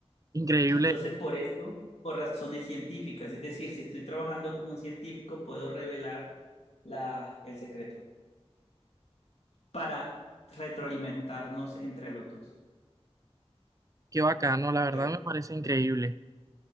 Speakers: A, on the right; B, on the left.
A: Increíble.
B: Entonces, por eso, por razones científicas, es decir, si estoy trabajando con un científico, puedo revelar la, el secreto para retroalimentarnos entre los dos.
A: Qué bacano. La verdad
B: ¿Qué
A: me parece increíble.